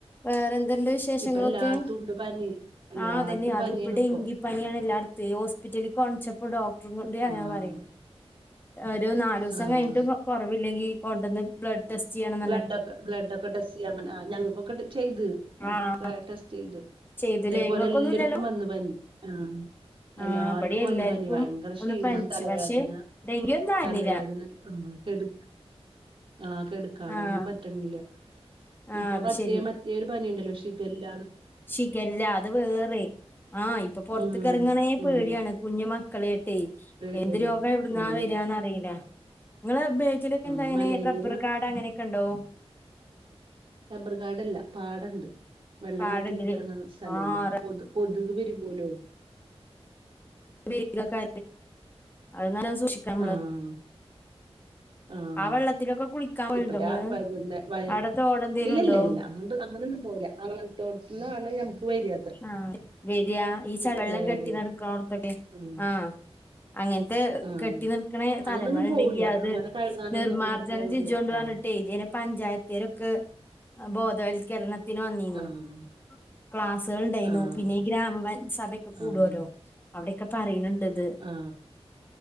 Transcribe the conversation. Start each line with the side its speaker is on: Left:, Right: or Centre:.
Left: വേറെ എന്തെന്റെ വിശേഷങ്ങളൊക്കെ
Right: ഇപ്പ എല്ലാട്ത്തും ഉണ്ട് പനി എല്ലാട്ത്തും
Left: ആഹ് അതന്നെയ
Right: പനിയാണ്
Left: അത് ഇപ്പടെ
Right: ഇപ്പോ
Left: ഇങ്കിപ്പനിയാണ് എല്ലാർക്കും തൈ ഹോസ്പിറ്റലിൽകാണിച്ചപ്പോ ഡോക്ടർും കൊൂ അങ്ങനെ
Right: ആഹ്
Left: പറയേ ഒരു നാലുസം
Right: ആഹ്
Left: കഴിഞ്ഞിട്ട് കൊറവില്ലെങ്കി കൊണ്ടന്ന് ബ്ലഡ് ടെസ്റ്റ് ചെയ്യണംന്ന്
Right: ബ്ലഡ്ക്കെ
Left: പറഞ്ഞിട്ടേ
Right: ബഡൊക്ക ടെസ്റ്റിയ ആ ഞങ്ങൾക്കൊക്കെ ചെയ്ത് ഞങ്ങൾക്കൊക്കെ
Left: ആഹ്
Right: ടെസ്റ്റ് യ്ത്
Left: ചെയ്തില്ലേ
Right: ഇതേപോലെ
Left: ഇങ്ങക്കൊന്നും
Right: എല്ലാര്ക്കും
Left: ഇല്ലല്ലോ
Right: വന്നു പനി ആ
Left: ആഹ്
Right: എല്ലാര്ക്കും
Left: ഇവിടെ എല്ലാർക്കും
Right: വന്ന പനി ഭയങ്കര ക്ഷീണം
Left: ഒന്ന് പനിച്ചു
Right: തലവേദന
Left: പക്ഷെ ഡെങ്കി ഒന്നും ആയിരുന്നില്ല
Right: തലവേദന ഉ കെടു ആ കെടു ക്കാനൊന്നും
Left: ആഹ്
Right: പറ്റണില്ല
Left: ആഹ്
Right: ഇപ്പൊ
Left: അത്
Right: മറ്റേ
Left: ശെരി
Right: മറ്റേ ഒരു പനിയുണ്ടല്ലോ ഷികല്ല
Left: ശിഖല്ല അത് വേറെ ആ ഇപ്പൊ പുറത്ത
Right: ഉം
Left: കറങ്ങണേ
Right: ഉം
Left: പേടിയാണ് കുഞ്ഞ മ മക്കളെട്ടേ
Right: പേടിയാണ്
Left: എന്ത് രോഗ എവിടുന്നാ
Right: ഉം
Left: വരാന്നറിയില്ല ഇങ്ങള് ബേച്ചിടോക്കെ
Right: ആഹ്
Left: എന്താങ്ങനെ
Right: മലേറിയ
Left: റബർ കാഡ് അങ്ങനൊക്കെ ഇണ്ടോ
Right: റബർ കാടല്ല പാടണ്ട് വെള്ളം
Left: കാടുണ്ട്ല്ലേ
Right: കെട്ടി നിക്കണ സ്ഥലല്ലേ
Left: ആഹ്
Right: കൊതു കൊതുക് പെരികൊല്ലോ
Left: ബെ ക്കിലൊക്കെ ആ നല്ലോം സൂക്ഷിക്കാണം നമ്മൾ
Right: ആഹ് ആഹ്
Left: ആ വെള്ളത്തിലൊക്കെ കുളിക്കാൻ പോവലുണ്ടോ
Right: ഇപ്പ രാ
Left: ങ്ങള്
Right: വൈകുന്നേ വൈ
Left: അവിടത്തെ തോട്ന്തേലും
Right: ഇല്ലല്ലല്ല
Left: ണ്ടോ
Right: അങ്ങട്ട് അങ്ങനൊന്നും പോല്ല അങ്ങനത്തോട്ട്ത് ന്നാണ് ഞമ്മക്ക് വര്യ
Left: ആ വരാ ഈ ചളിവെള്ളം
Right: ഇതായാല്
Left: കെട്ടി നടക്ക് ണോട്ത്തൊക്കെ
Right: ഉം
Left: ആ അങ്ങൻത്തെ
Right: ആഹ്
Left: കെട്ടി നിൽക്കണ സ്ഥലങ്ങൾ
Right: അങ്ങനൊന്നും
Left: ഇണ്ടെങ്കി
Right: പോവൂല്ല
Left: അത്
Right: അങ്ങനെ കഴുകാനൊന്നും
Left: നിർമമാർജനം
Right: അങ്ങണ്ട് പോവൂല്ല
Left: ചെയ്ചോണ്ടി
Right: ഉം
Left: പറഞ്ഞിട്ട് <unintelligible> പഞ്ചായത്തരോക്കെ ബോധവൽക്കരണ തിന് വന്നിന്നു
Right: ആഹ്
Left: ക്ലാസ്സ് തകൾ ഉണ്ടായിന്നു
Right: ആഹ്
Left: പിന്നെ ഈ ഗ്രാമ സഭയൊക്കെ കൂടുല്ലോ
Right: ആഹ്
Left: അവിടെയൊക്കെ പറയുണ്ണ്ണ്ട് ഇത്
Right: ആ